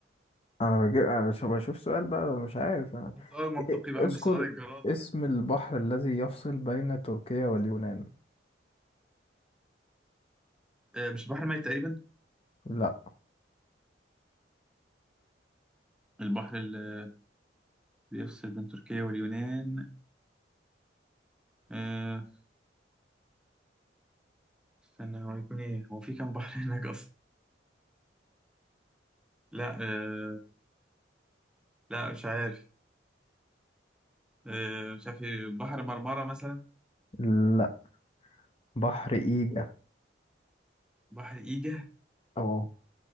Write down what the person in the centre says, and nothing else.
سؤال منطقي
بقى
مش سؤال الجرادة
ده
آه، مش البحر الميت تقريبا
البحر اللي بيفصل بين تركيا واليونان آه، استنى هو هيكون إيه؟ هو في كام بحر هناك أصلا؟ لا آه، لا مش عارف آه، مش عارف إيه، بحر مرمرة مثلا
بحر إيجا